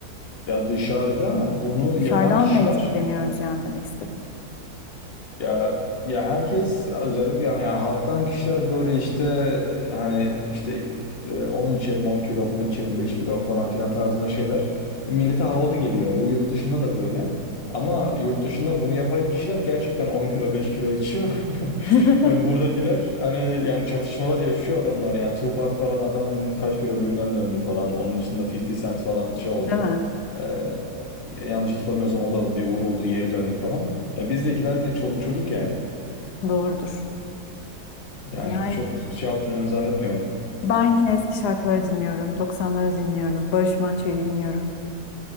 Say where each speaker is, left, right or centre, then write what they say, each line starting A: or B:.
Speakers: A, on the left; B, on the left.
A: ya dışarıda bunu
B: Dışarıdan
A: yapan kişiler
B: mı etkileniyoruz yani demek istediğim.
A: Ya ya herkes özellikle yani halktan kişiler böyle işte e, hani işte e, onu içerim 10 kilo bunu içerim 5 kilo falan filan tarzında şeyler e, millete havalı geliyor. Bu yurt dışında da böyle. Ama yurt dışında bunu yapan kişiler gerçekten 10 kilo 5 kilo içiyor. <laughs>
B: <laughs>
A: Yani buradakiler hani yani çatışmalar yaşıyor adamlar yani Tupac falan adam kaç kere ölümden döndü falan. Onun dışında 50 Cent falan şey oldu.
B: Değil mi?
A: E, Yanlış hatırlamıyorsam o da bir vuruldu, geri döndü falan. Ya bizdekiler ne çoluk çocuk yani.
B: Doğrudur.
A: Yani
B: Yani
A: çok şey yaptığını zannetmiyorum.
B: ben yine eski şarkıları dinliyorum. doksanları dinliyorum. Barış Manço'yu dinliyorum.